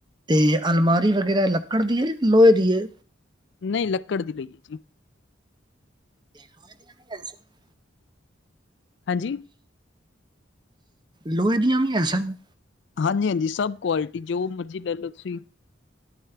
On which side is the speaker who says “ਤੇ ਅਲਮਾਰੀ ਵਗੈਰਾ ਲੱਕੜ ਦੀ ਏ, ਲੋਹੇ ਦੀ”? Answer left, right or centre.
Right